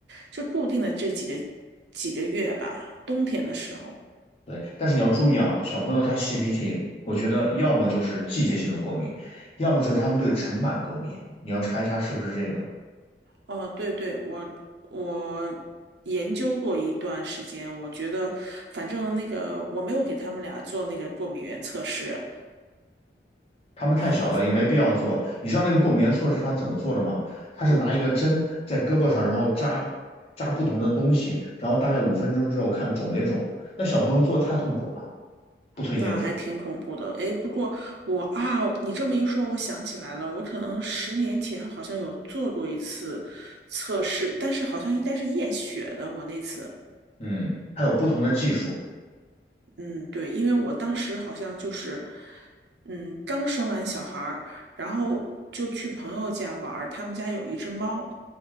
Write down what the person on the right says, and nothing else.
就固定的这几个几个月吧，冬天的时候。
哦，对对，我我研究过一段时间，我觉得反正那个我没有给他们俩做那个过敏原测试，
啊，
我
那还挺恐怖的。哎，不过我啊，你这么一说，我想起来了，我可能十年前好像有做过一次测试，但是好像应该是验血的，我那次。
嗯，对，因为我当时好像就是，嗯，刚生完小孩儿，然后就去朋友家玩儿，他们家有一只猫，